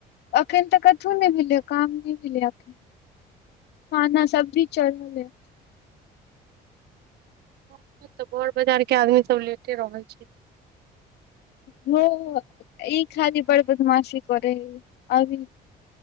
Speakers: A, on the left; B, on the right.
A: अखन तऽ कथो नहि भेलै काम नय भेलै अखन खाना सब्जी भी चढ़ल है
B: हँ तऽ बर बजार के आदमी सब लेटे रहल छै
A: हो ई खाली बड़ बदमाशी करै हे अभी